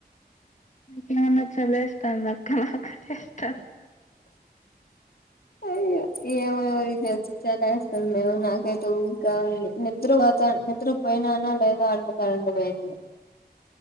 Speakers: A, on the left; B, on the left.
A: మీమన్నా చాలేస్తాందా అక్కడ ఇస్త
B: అయ్య ఏమోమారి తెలుసి చాలేస్తాంది నాకైతే ఉడుగా ఉంది నిద్రపోత నిద్ర పోయినాన లేదో అట్లా కరెంటు పోయింది